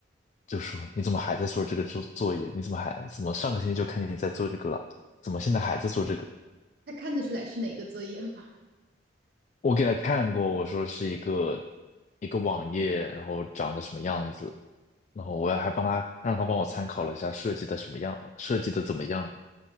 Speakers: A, on the left; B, on the right.
A: 就说你怎么还在做这个作作业？你怎么还怎么上个星期就看见你在做这个了？怎么现在还在做这个？
B: <laughs> 他看得出来是哪个作业吗？
A: 我给他看过，我说是一个一个网页，然后长得什么样子，然后我还帮他让他帮我参考了一下设计的什么样，设计的怎么样。